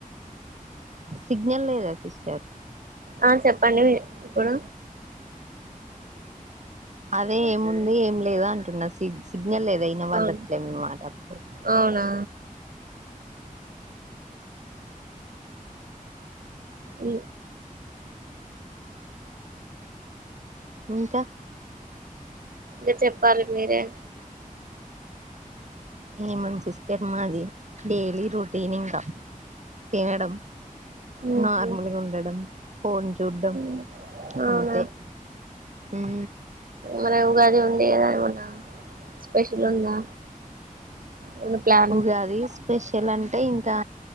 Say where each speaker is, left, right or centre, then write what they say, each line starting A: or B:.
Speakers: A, on the right (about 55°); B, on the right (about 75°).
A: సిగ్నల్ లేదా సిస్టర్
B: ఆ చెప్పండి ఇప్పుడు
A: అదే ఏం ఉంది ఏం లేదు అంటున్నా సి సి లేదు లేదు వినబడట్లే
B: అవును
A: మీ మాటలు
B: అవునా ఇ
A: ఇంకా
B: కా చెప్పాలి మీరే
A: ఏముంది సిస్టర్ మాది డైలీ రోటీన్ ఇంకా తినడం
B: ఉహు
A: నార్మల్గా ఉండడం ఫోన్ చూడ్డం
B: అవునా
A: అంతే హ్
B: మన ఉగాది ఉండే కదా ఏమన్నా స్పెషల్ ఉందా ఏమన్నా ప్లాన్
A: ఉగాది స్పెషల్ అం టే ఇంకా